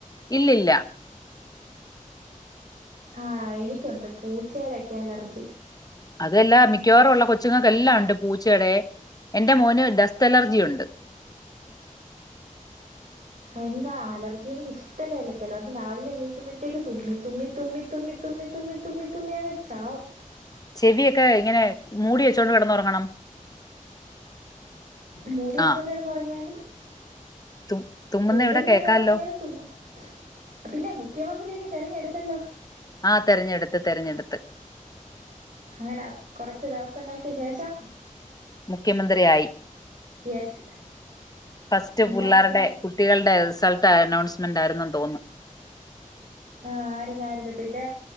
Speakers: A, on the left (about 25°); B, on the right (about 60°).
A: ഇല്ലില്ല
B: ആഹ് എനിക്കുണ്ട് പൂച്ചയുടെക്കെ അലർജി
A: അതെല്ലാം മിക്കവാറുള്ള കൊച്ചുങ്ങൾക്കല്ലാം ഉണ്ട് പൂച്ചയുടെ എന്റെ മോന് ഡസ്ത് അലർജി ഉണ്ട്
B: എന്താ അലർജി എനിക്ക് ഇഷ്ടേല്ല ചില ദിവസം രാവിലെ എണീക്കുമ്പോഴത്തേക്ക് തുമ്മി തുമ്മി തുമ്മി തുമ്മി തുമ്മി തുമ്മി തുമ്മി തുമ്മി അങ്ങ് ചാവും
A: ചെവിയൊക്കെ ഇങ്ങനെ മൂടി വെച്ചോണ്ട് കിടന്നുറങ്ങണം
B: മൂടി വെച്ചോണ്ട്
A: ആഹ്
B: കെടന്നുറങ്ങിയാലും
A: തു തുമ്മുന്ന
B: മൂടി
A: ഇവിടെ
B: വെച്ചെണ്ടണറങ്ങിയാലും
A: കേക്കാല്ലോ
B: തുമ്മും പിന്നെ മുഖ്യമന്ത്രിയൊക്കെ തിരഞ്ഞെടുത്തല്ലോ
A: ആഹ് തെരഞ്ഞെടുത്ത് തതിരഞ്ഞെടുത്ത്
B: അങ്ങനെ കുറച്ച് ദിവസങ്ങൾക്ക് ശേഷം
A: മുഖ്യമന്ത്രിയായി
B: യെസ്
A: ഫസ്റ്റ്
B: എന്താ
A: പിള്ളാരുടെ
B: മുഖ്യ
A: കു കുട്ടികളുടെ റിസൾട്ട് അനൗൺസ്മെന്റ് ആരുന്നെന്ന് തോന്നുന്നു
B: ആഹ് ആരുന്നായിരുന്നു പിന്നെ